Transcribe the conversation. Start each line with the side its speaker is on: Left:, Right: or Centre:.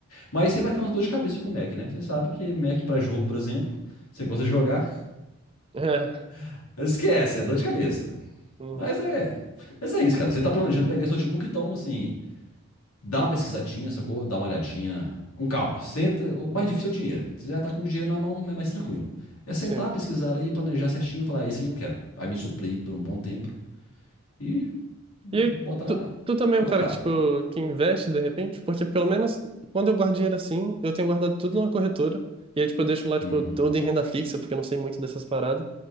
Left: Mas você vai ter umas dor de cabeça com o Mac, né? Você sabe que Mac para jogo, por exemplo, você gosta de jogar,
Right: <laughs> É.
Left: <laughs> esquece, é dor de cabeça.
Right: Uhum,
Left: Mas é, mas é isso, cara. Você tá planejando pegar esse notebook, então, assim, dá uma pesquisadinha, sacou? Dá uma olhadinha com calma. Senta, o mais
Right: uhum,
Left: difícil é o dinheiro. Você já tá com o dinheiro na mão, é mais tranquilo. É sentar,
Right: sim.
Left: pesquisar ali, planejar certinho, falar, é isso que eu quero. Aí me suprir por um bom tempo e botar
Right: E aí, tu,
Left: lá
Right: tu também é
Left: e
Right: um
Left: comprar.
Right: cara que, tipo, que investe de repente? Porque pelo menos quando eu guardo dinheiro assim, eu tenho guardado tudo numa corretora. E aí, tipo, eu deixo lá, tipo,
Left: Hum,
Right: tudo em renda fixa, porque eu não sei muito dessas paradas.